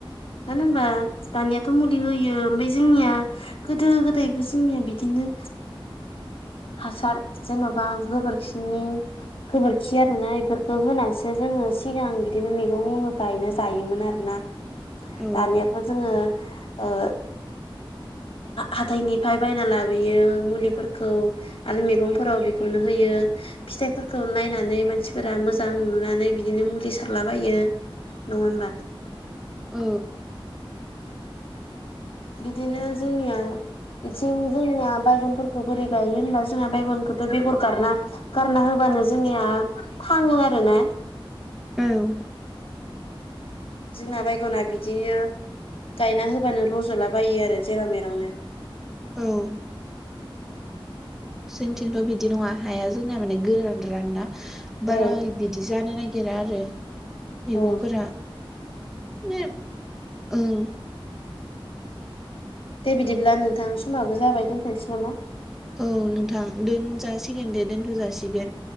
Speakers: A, on the left (about 75°); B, in the centre.
A: मानो होनबा दानियाथ' मुलि होयो ओमफ्राय जोंनिया गोदो गोदायबो जोंनिया बिदिनो हासार जेन'बा गोबोरखिनि गोबोरखि आरोोना बेफोरखौ होनासो जोङो सिगां बिदिनो मैगं गायना जायोमोन आरोना
B: औ
A: दानियाथ' जोङो ओ हाथथायनिफ्राय बायना लाबोयो मुलिफोरखौ आरो मैगंफोराव बेखौनो होयो फिथाइफोरखौ नायनानै मानसिफोरा मोजां नुनानै बिदिनो मुलि सारलाबायो नङा होमबा
B: औ
A: बिदिनो जोंनियाव बेथिं जोंया बायगनफोरखौ बोरै गायो होनबा जोंहा बायगनखौथ' बेगर गारा गारना होबानो जोंनिया थाङो आरो ना
B: औ
A: जोंना बायगना बिदिनो गायना होबानो रज'लाबायो आरो जेराव मेरावनो
B: औ जोंनिथिंथ' बिदि नङा हाया जोंनाया माने गोरानरान ना बारा
A: औ
B: बिदि जानो नागिरा नागिरा आरो मैगंफोरा
A: औ
B: बिनो ओं
A: दे बिदिब्ला नोंथां समाबो जाबाय दोनथोंनोसै नामा
B: औ नोंथां दोनजासिगोन दे दोनथ' जासिगोन